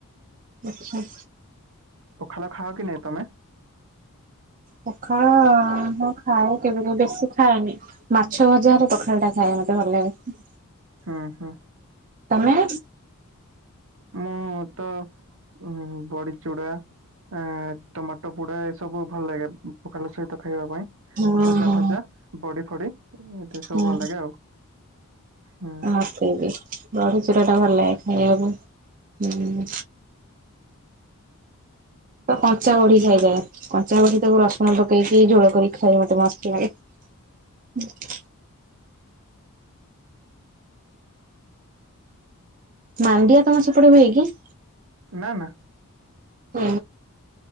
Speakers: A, on the right (about 35°); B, on the right (about 60°).
A: ଆଚ୍ଛା।
B: ପଖାଳ ଖାଅ କି ନାହିଁ ତମେ?
A: ପଖାଳ ହଁ ଖାଏ କେବେ କେବେ ବେଶି ଖାଏନି। ମାଛ ଭଜା ହେଲେ ପଖାଳଟା ଖାଏ ମତେ ଭଲ ଲାଗେ।
B: ହଁ ହଁ।
A: ତମେ?
B: ମୁଁ ତ ଉ ବଡିଚୁଡା। ଏ ଟମାଟୋ ପୋଡ଼ା ଏ ସବୁ ଭଲ ଲାଗେ ପଖାଲ ସହିତ ଖାଇବା ପାଇଁ।
A: ହଁ
B: ଭଜା
A: ହଁ।
B: ଫଜା ବଡି ଫଡି ଏଠି
A: ହୁଁ
B: ସବୁ ଭଲ ଲାଗେ ଆଉ ହୁଁ।
A: ମୋତେ ବି ବଢିଚୂରାଟା ଭଲ ଲାଗେ ଖାଇବାକୁ ହୁଁ। ତ କଞ୍ଚା ବଢି ଖାଇଯାଏ କଞ୍ଚା ବଢିତାକୁ ରସୁଣ ପକେଇକି ଝୋଳ କରିକି ଖାଇବା ମତେ ମସ୍ତ ଲାଗେ। <inaudible> ମାଣ୍ଡିଆ ତମ ସେପଟେ ହୁଏ କି?
B: ନା ନା।
A: ହୁଁ